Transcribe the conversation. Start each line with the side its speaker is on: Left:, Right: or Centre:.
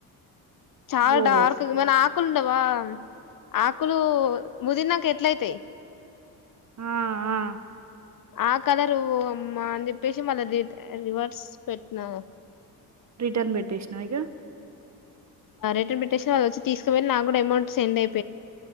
Left: చాలా
Right: ఓ
Left: డార్క్ మన ఆకులు ఉండవా ఆకులు ముదిరినాక ఎట్లయితే
Right: ఆ ఆ
Left: ఆ కలరు అమ్మా అని చెప్పేసి మళ్ళా రి రివర్స్ పెట్టినా
Right: రిటర్న్ పెట్టేసినావ ఇక
Left: రిటర్న్ పిటిషన్ వాళ్ళ వచ్చ తీసుకువెనర్ నా కూడా అమౌం సెండ్ అయిో